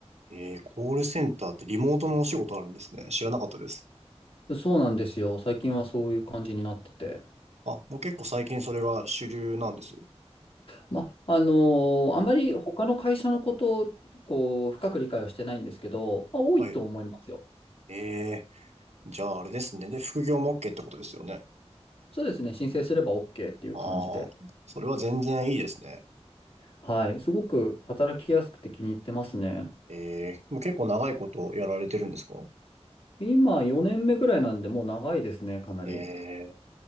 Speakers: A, on the right; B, on the left.
A: えー、コールセンターってリモートのお仕事あるんですね。知らなかったです。
B: そうなんですよ。最近はそういう感じになってて。
A: あ、もう結構最近それが主流なんです。
B: まあ、あのーあまり他の会社のことを、こう、深く理解はしてないんですけど、まあ、多いと思いますよ。
A: はい。えー、じゃああれですね。で、副業も OK ってことですよね。
B: そうですね。申請すれば OK っていう感じで。
A: ああ、それは全然いいですね。
B: はい。すごく働きやすくて気に入ってますね。
A: えー、もう結構長いことやられてるんですか
B: 今4年目ぐらいなんで、もう長いですね、かなり。
A: ええ